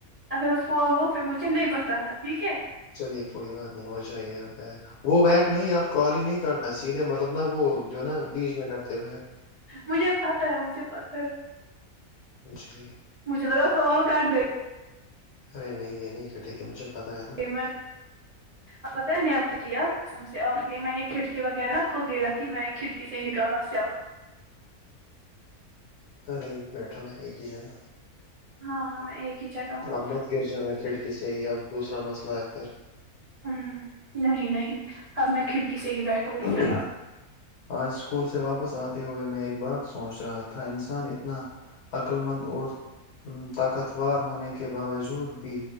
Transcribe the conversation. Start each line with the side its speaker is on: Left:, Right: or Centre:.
Right: اگر ہو وہ پ مجھے نہیں بتانا ٹھیک ہے
Left: چلیے کوئی بات نہیں ہو جائیے اب وہ بیگ نہیں آپ کو آال ہی نہیں کرنا سیدھے مطلب نا وہ جو نا بیچ میں کرتے بیگ
Right: مجھے پت ہے مجھے پتاہ ہے
Left: جی
Right: مجھے لگا کال کاٹ گئی
Left: ارے نہیں یہ نہیں کٹے گی مجھے پتا ہے نا
Right: یہ
Left: <unintelligible>
Right: آپت ننے آتیتیہ سم سے آپ کی میں نے کھڑکی وغیرہ کھل دے رکھی میں نے کھڑکی سے نکالا س آپ کو
Left: ارے بیٹھا ن ایک ہی جگہ
Right: ہاں ہاں میں ایک ہی جگہ ہوں
Left: آپ
Right: اب
Left: مت گر جانا کھڑکی سے ہی آب د دوسرا مسئلہ ہے پھر
Right: ہ نہیں نہیں اب میں کھڑکی سے ہی بیٹھوں
Left: پھر
Right: گی فی الحال
Left: آج اسکول سے واپس آتے ہوئے میں ایک بات سوچ رہا تھا انسان اتنا عقللمند اور طاقتور ہونے کے کے باوجود بھی